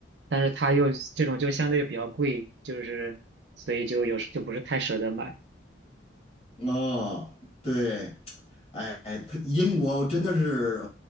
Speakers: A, on the right; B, on the left.
A: 但是它又这种就相对比较贵，就是所以就有时就不是太舍得买。
B: 哦，对，哎，它英国真的是